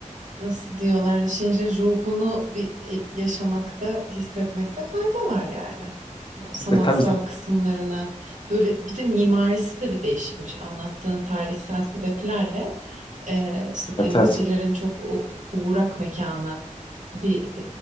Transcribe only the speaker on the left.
ve tabii zaten.
Evet,
evet.